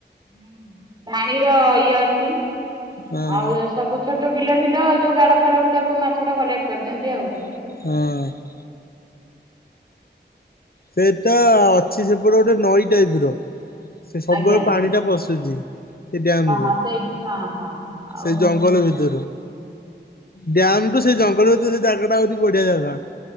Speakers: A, on the right (about 25°); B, on the left (about 55°).
A: ହଁ ପାଣିର ଇଏ ଅଛି ଆଉ
B: ହଁ
A: ସବୁ ଛୋଟ ବିଲ ଫିଲ ଯୋଉ ଗାଡ ଫାଡରୁ ତାକୁ ମାଛ ଟା କଲେକ୍ଟ କରିଦିଅନ୍ତି ଆଉ।
B: ହଁ। ସେତ ଅଛି ସେପଟେ ଗୋଟେ ନଈ ଟାଇପ ର ସେ ସବୁବେଳେ
A: ଆଜ୍ଞା।
B: ପାଣିଟା ପଶୁଚି ସେ ଡ୍ୟାମ
A: ହଁ
B: କୁ
A: ହଁ ସେଇଠି ହଁ ହଁ ଆଉ
B: ସେ ଜଙ୍ଗଲ ଭିତରୁ। ଡ୍ୟାମ ଟୁ ସେ ଜଙ୍ଗଲରୁ ତ ସେ ଜାଗା ଟା ହଉଛି ବଢିଆ ଜାଗା।